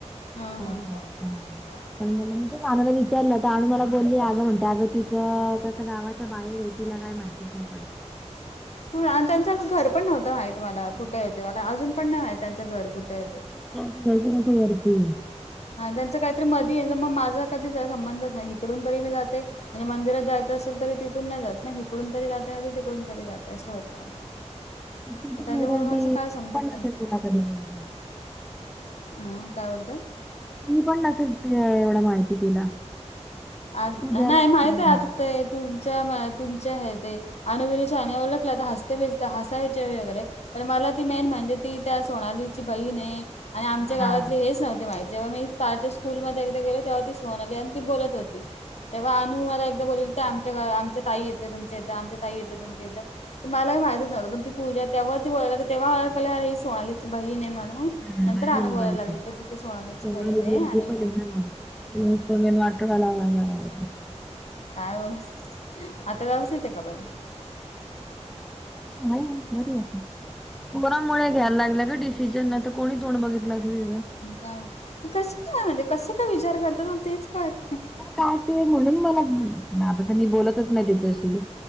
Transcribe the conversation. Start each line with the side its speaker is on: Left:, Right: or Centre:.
Left: हां,
Centre: काय काय.
Left: <unintelligible>
Centre: हा पण मला मी ते अनुला विचारलं तर अनु मला बोलली अगं म्हणते अगं तिथं कसं गावाच्या बाहेर तिला काय माहितीच नाही पडत.
Left: पण त्यांचं घर पण नव्हतं माहित मला कुठे आहे ते, मला अजून पण नाही माहित त्यांचं घर कुठे आहे ते.
Centre: <unintelligible>
Left: हा त्यांच काहीतरी मधी आहे ना मग माझा कधी संबंध नाही. इकडून तरी मी जाते आणि मंदिरांत जायचं असेल तरी तिथून नाही जात ना इकडून तरी जाते नाहीतर तीक इकडून तरी जात असं होत माझ.
Centre: ती
Left: तर
Centre: पण
Left: त्याच्यामुळे
Centre: एवढं
Left: मला
Centre: ती
Left: असं काय समजत
Centre: तिने
Left: पण नाही.
Centre: <unintelligible>
Left: ह काय बोलते?
Centre: ही पण नसेल एवढं माहिती तिला.
Left: आ
Centre: पूजाला
Left: नाही
Centre: हम्म,
Left: माहित आहे आता ते तू च्या अह तुमच्या हे ते अनु विनूच्या आईने ओळखला तर हसते बिसते हसायच्या मी वगैरे पण मला ती मेन म्हणजे ती त्या सोनालीची बहीण आहे आणि आमच्या गावात
Centre: हा
Left: हेच नव्हते माहित, जेव्हा मी पार्थच्या स्कूलमध्ये एकदा गेलो तेव्हा ती सोनाली आणि ती बोलत होती तेव्हा अनु मला एकदा बोलली होती आमच्या आमच्या ताई येते तुमच्या इथं आमच्या ताई येते तुमच्या इथं तर मला हे माहितच नव्हतं पण ती पूजा आहे तेव्हा ती बोलायला लागली तेव्हा मला कळलं अरे ही सोनालीची बहीण आहे म्हणून अह
Centre: अंबानी
Left: नंतर अनु
Centre: नाही
Left: बोलायला
Centre: बाळकी.
Left: लागली का ती सोनालाची
Centre: सोनाली
Left: बहीण आहे
Centre: प्रिन्सिपल
Left: आणि मग
Centre: आहे ना <unintelligible>
Left: काय मग, आता व्यवस्थित आहे का पण?
Centre: आहे बरी आहे. पोरांमुळे घ्यायला लागल ग डिसिजन नाहीतर कोणी तोंड बघितलं असत तिझं
Left: का कस काय म्हणजे कसं काय विचार करतात मला तेच काळत नाही.
Centre: काय ते म्हणून मला <unintelligible> आता तर मी बोलत तच नाही तिचाशी